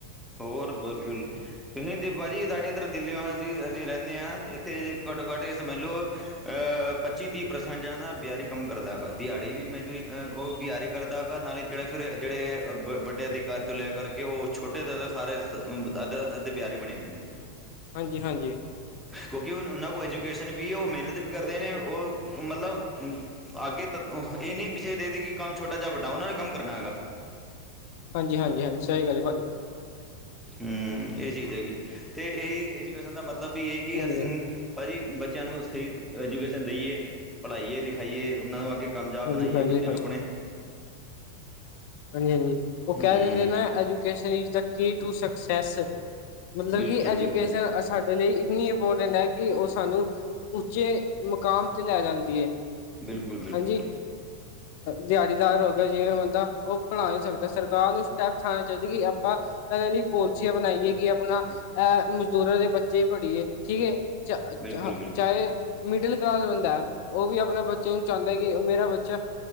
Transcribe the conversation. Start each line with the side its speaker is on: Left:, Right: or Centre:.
Centre: ਹੋਰ ਬਕੁ ਤੁਸੀਂ ਦੇ ਭਾਜੀ ਸਾਡੇ ਇੱਧਰ ਦਿੱਲੀ ਹੋ ਜੀ ਅਸੀਂ ਰਹਿੰਦੇ ਹਾਂ। ਇੱਥੇ ਜੇ ਘੱਟੋ ਘੱਟ ਸਮ ਮੰਨ ਲਓ ਅਹ ਪੱਚੀ ਤੀਹ ਪ੍ਰਸੈਂਟ ਜਿਹੜਾ ਨਾ ਬਹਾਰੀ ਕੰਮ ਕਰਦਾ ਹੈਗਾ, ਦਿਹਾੜੀ ਵੀ ਮਜ਼ਦੂਰੀ ਉਹ ਬਾਰੀ ਕਰਦਾ ਹੈ, ਗਗਾ ਨਾਲੇ ਜਿਹੜਾ ਫਿਰ ਜਿਹੜੇ ਵੱਡੇ ਅਧਿਕਾਰ ਤੋਂ ਲੈ ਕਰਕੇ ਉਹ ਛੋਟੇ ਤਾਂ ਸਾਰੇ ਦਾਦਾ ਦਾਦੀ ਬਿਆਰੀ ਬਣੀ ਹੋਈ ਨੇ।
Left: ਹਾਂਜੀ ਹਾਂਜੀ।
Centre: ਕਿਉਂਕਿ ਉਹਨਾਂ ਕੋਲ ਐਜੂਕੇਸ਼ਨ ਵੀ, ਉਹ ਮਿਹਨਤ ਵੀ ਕਰਦੇ ਨੇ। ਉਹ ਮਤਲਬ ਅੱਗੇ ਤਾਂ ਇਹ ਨਹੀਂ ਪਿੱਛੇ ਦੇਖਦੇ ਕਿ ਕੰਮ ਛੋਟਾ ਜਿਹਾ ਵੱਡਾ ਉਹਨਾਂ ਨੇ ਕੰਮ ਕਰਨਾ ਹੈਗਾ।
Left: ਹਾਂਜੀ ਹਾਂਜੀ ਹਾਂਜੀ, ਸਹੀ ਗੱਲ ਹੈ ਭਾਜ਼ੀ।
Centre: ਹਮ ਇਹ ਚੀਜ਼ ਹੈਗੀ, ਤੇ ਇਹੀ ਐਜੂਕੇਸ਼ਨ ਦਾ ਮਤਲਬ ਵੀ ਇਹ ਕਿ
Left: ਹਾਂਜੀ
Centre: ਅਸੀਂ ਭਾਜੀ ਬੱਚਿਆਂ ਨੂੰ ਸਹੀ ਐਜੂਕੇਸ਼ਨ ਦੇਈਏ, ਪੜ੍ਹਾਈਏ ਲਿਖਾਈਏ, ਉਹਨਾਂ ਨੂੰ ਅੱਗੇ ਕਾਮਯਾਬ
Left: ਹਾਂਜੀ
Centre: ਬਣਾਈਏ
Left: ਹਾਂਜੀ
Centre: ਬੱਚਿਆਂ
Left: ਹਾਂਜੀ
Centre: ਨੂੰ ਆਪਣੇ।
Left: ਹਾਂਜੀ ਹਾਂਜੀ, ਉਹ
Centre: ਹੂੰ
Left: ਕਹਿ ਦਿੰਦੇ ਨਾ educations is key to success. ਮਤਲਬ
Centre: ਬਿਲਕੁਲ
Left: ਕਿ ਐਜੂਕੇਸ਼ਨ
Centre: ਬਿਲਕੁਲ
Left: ਅਸੀਂ ਸਾਡੇ ਲਈ ਇੰਨੀ ਇੰਪੋਰਟੈਂਟ ਹੈ, ਕਿ ਉਹ ਸਾਨੂੰ ਉੱਚੇ ਮੁਕਾਮ ਤੇ ਲੈ ਜਾਂਦੀ ਹੈ।
Centre: ਬਿਲਕੁਲ, ਬਿਲਕੁਲ।
Left: ਹਾਂਜੀ ਦਿਹਾੜੀਦਾਰ ਹੋ ਗਿਆ, ਜਿਵੇਂ ਬੰਦਾ ਉਹ ਬਣਾ ਨਹੀਂ ਸਕਦਾ। ਸਰਕਾਰ ਨੂੰ ਸਟੈਪ ਆਣੇ ਚਾਹੀਦਾ, ਕਿ ਆਪਾਂ ਇਹਨਾਂ ਲਈ ਪੋਲਸੀਆਂ ਬਣਾਈਏ, ਕਿ ਆਪਣਾ ਇਹ ਮਜ਼ਦੂਰਾਂ ਦੇ ਬੱਚੇ ਪੜ੍ਹੀਏ ਠੀਕ ਹੈ, ਚ
Centre: ਬਿਲਕੁਲ ਬਿਲਕੁਲ
Left: ਚਾਹੇ ਮਿਡਲ ਕਲਾਸ ਬੰਦਾ ਹੈ, ਉਹ ਵੀ ਆਪਣਾ ਬੱਚੇ ਨੂੰ ਚਾਹੁੰਦਾ ਹੈ। ਕਿ ਮੇਰਾ ਬੱਚਾ